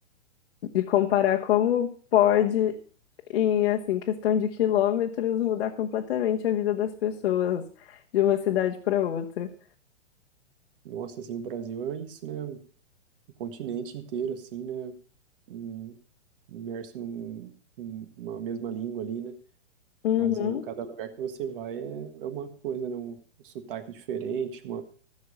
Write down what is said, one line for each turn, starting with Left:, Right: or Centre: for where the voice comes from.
Left: de comparar como pode, em assim, questão de quilômetros, mudar completamente a vida das pessoas de uma cidade para outra.
Right: Nossa, assim, o Brasil é isso, né? o continente inteiro, assim, né? em- Imerso num, numa mesma língua ali, né?
Left: Uhum,
Right: Mas o, cada lugar que você vai é, é uma coisa, né? Um, um sotaque diferente, uma,